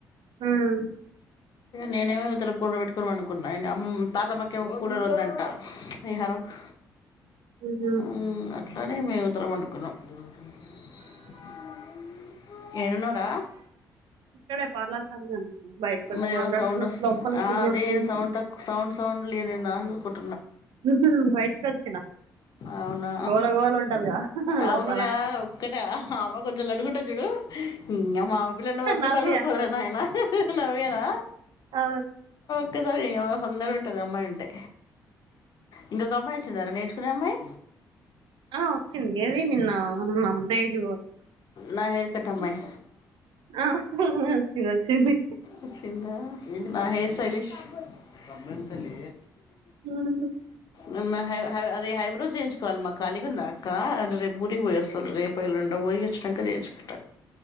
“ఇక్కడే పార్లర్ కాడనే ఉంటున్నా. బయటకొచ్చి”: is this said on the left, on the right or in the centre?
Right